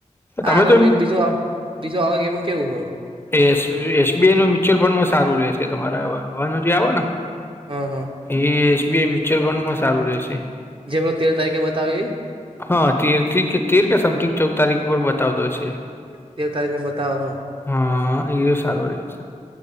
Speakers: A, on the right; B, on the left.
A: હા
B: તમે
A: રે
B: તો એમ
A: બીજું બીજું આવે એમ કેવું હોય
B: એ એસબીઆઈ નો મ્યુચ્યુઅલ ફંડ માં સારું રહેશે તમારા હવાનું જે આવે ને
A: હ હ
B: એ એસબીઆઈ મ્યુચ્યુઅલ ફંડ માં સારું રહે છે
A: જે ભ તેર તારીખે બતાવે ઈ
B: હા તેર થી કે તેર કે સમથિંગ ચૌદ તારીખ પર બતાવતો છે.
A: તેર તારીખમાં બતાવો હ
B: હા એ સારો રહેશે